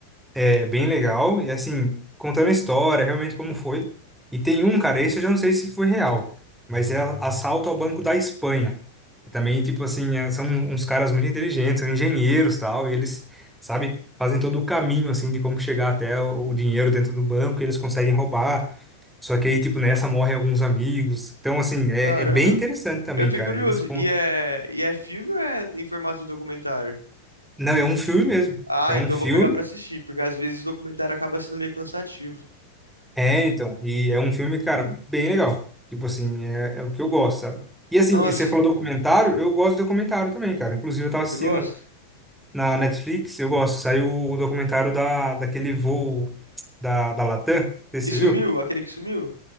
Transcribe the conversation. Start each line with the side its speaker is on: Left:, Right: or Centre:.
Centre: É bem legal. E assim, contando a história, realmente como foi. E tem um, cara, esse eu já não sei se foi real, mas é a- assalto ao Banco da Espanha. E também, tipo assim, é- são uns caras muito inteligentes, são engenheiros tal, e eles, sabe, fazem todo o caminho, assim, de como chegar até o o dinheiro dentro do banco, e eles conseguem roubar. Só que aí, tipo, nessa morrem alguns amigos. Então, assim, é,
Right: caramba.
Centre: é bem interessante também,
Right: Eu fiquei
Centre: cara.
Right: curioso.
Centre: Eles contam.
Right: E é, e é filme ou é em formato de documentário?
Centre: Não, é um filme mesmo.
Right: Ah,
Centre: É um
Right: então
Centre: filme.
Right: eu vou pegar pra assistir, porque às vezes o documentário acaba sendo meio cansativo.
Centre: É, então, e é um filme, cara, bem legal. Tipo assim, é, é o que eu gosto, sabe? E assim,
Right: Nossa,
Centre: e você falou documentário, eu gosto de documentário também, cara. Inclusive, eu tava
Right: você
Centre: assistindo
Right: gosta?
Centre: na Netflix, eu gosto. Saiu o documentário da, daquele voo da, da Latam, não sei se
Right: Que
Centre: você
Right: sumiu?
Centre: viu?
Right: Aquele que sumiu?